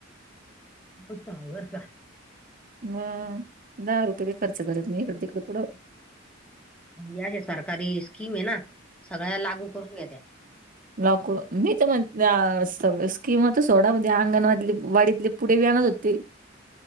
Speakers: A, in the centre; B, on the right (about 45°).
A: गोष्ट आहे बर का
B: मग दहा रुपये बी खर्च करत नाही इकड तिकडे कुठं
A: या ज्या सरकारी स्कीम आहे ना सगळ्या लागू करून घेत्या
B: लॉकरू मी तर म्हण अह स्कीमच सोडा म्हणजे अंगणवाडी वाडीतली पुढव्यान जती